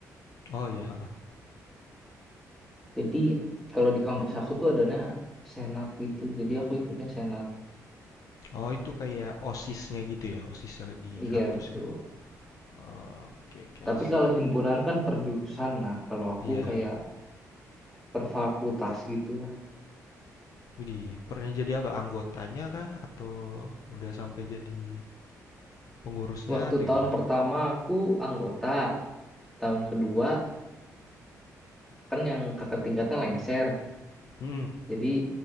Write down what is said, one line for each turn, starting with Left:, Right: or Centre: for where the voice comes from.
Left: Oh iya,
Centre: Jadi kalau di kampus aku tuh adanya senat gitu. Jadi aku ikutnya senat.
Left: Oh itu kayak OSIS-nya gitu ya, OSIS ya di
Centre: Iya,
Left: kampus
Centre: betul.
Left: ya. Oke, okay, guys.
Centre: Tapi kalau himpunan kan per jurusan. Nah, kalau aku
Left: Iya,
Centre: kayak per fakultas gitulah.
Left: Widih, pernah jadi apa? Anggotanya kah? Atau udah sampai jadi pengurusnya
Centre: Waktu
Left: atau gimana?
Centre: tahun pertama aku anggota, tahun kedua kan yang kakak tingkatnya lengser.
Left: Hmm,
Centre: Jadi